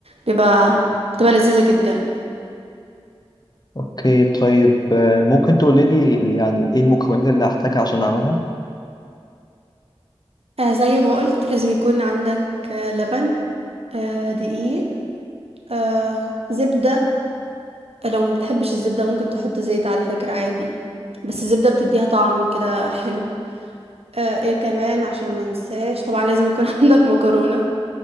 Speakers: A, on the right; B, on the left.
A: بيبقى بتبقى لذيذة جدا
B: اوكي طيب آه، ممكن تقولي لي ال- يعني ايه المكونات اللي هحتاجها عشان اعملها
A: آه زي ما قلت لازم يكون عندك آه لبن آه دقيق آه زبدة لو ما بتحبش الزبدة ممكن تحط زيت على فكرة عادي بس الزبدة بتديها طعم كده حلو آه ايه كمان عشان ما انساش طبعا لازم يكون <laughs> عندك مكرونة